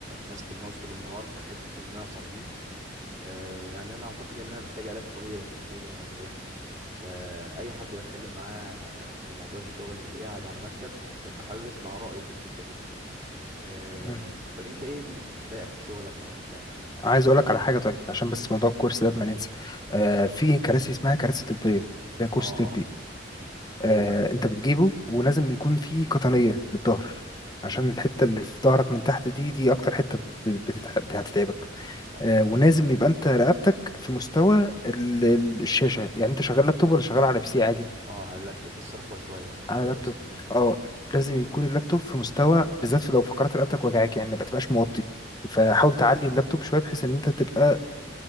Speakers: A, on the right (about 40°); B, on the left (about 20°).
A: ماسك الماوس طول النهار في حتة المعصم دي آه يعني انا اعتقد ان انا محتاج علاج طبيعي تقريبا ولا ايه فاي حد بتكلم معاه في موضوع الشغل بلاقيه قاعد على مكتب ببقى حابب اسمع رأيه في الحتة دي آه
B: مم.
A: طب انت ايه اللي مضايقك في شغلك او انت
B: عايز اقول لك على حاجه طيب عشان
A: مم.
B: بس موضوع الكورس ده ما ننسى
A: ايوه
B: آه في كراسي اسمها كراسي طبيه ده كورس
A: اه
B: طبي
A: اه ايوه
B: آه،
A: ايوه
B: انت بتجيبه ولازم يكون في قطنية للظهر
A: مم.
B: عشان الحتة اللي في ظهرك من تحت دي دي اكتر حتة ب- بتتعب هتتعبك
A: اه
B: آه، ولازم يبقى انت رقبتك في مستوى ال- ال- الشاشة يعني انت شغال لابتوب ولا شغال على بي سي عادي
A: اه على اللابتوب بس رفعه شوية
B: على
A: رفعه
B: لابتوب
A: سنة كده
B: اه لازم يكون اللابتوب في مستوى بالذات في لو فقرات رقبتك وجعاك يعني ما تبقاش موطي فحاول تعلي اللابتوب شوية بحيث ان انت تبقى